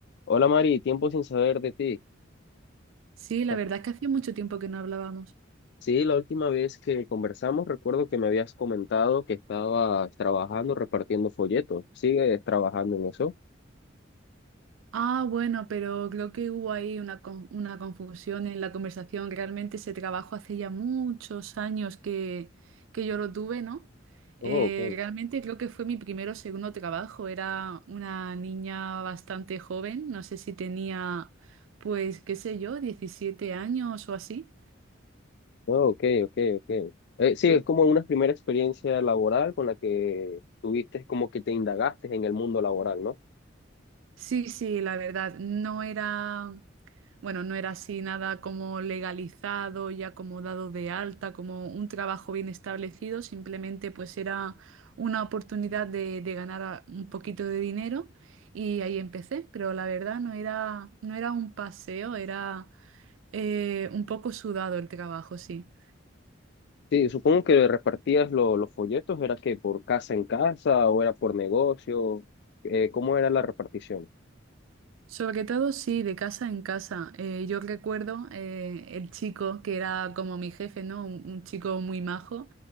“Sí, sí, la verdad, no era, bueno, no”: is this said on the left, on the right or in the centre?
Right